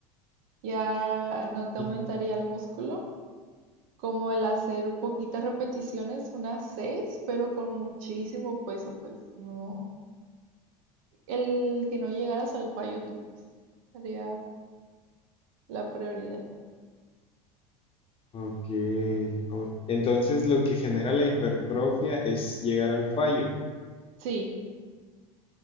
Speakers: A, on the right (about 65°); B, on the left (about 30°).
A: Ya no te
B: y-
A: aumentaría el músculo, como el hacer poquitas repeticiones, unas seis, pero con muchísimo peso, pues no. El que no llegaras al fallo tú, pues, sería la prioridad.
B: ok. O- Entonces lo que genera la hipertrofia es llegar al fallo.
A: Sí,